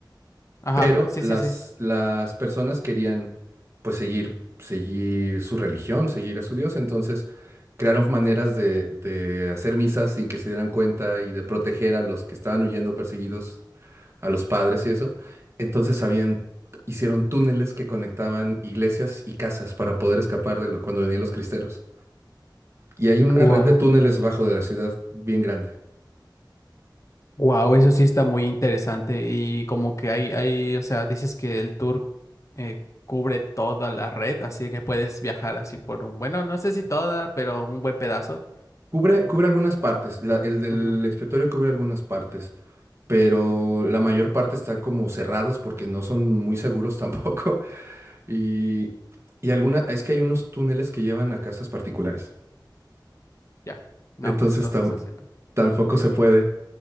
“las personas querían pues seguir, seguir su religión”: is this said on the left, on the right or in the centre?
Right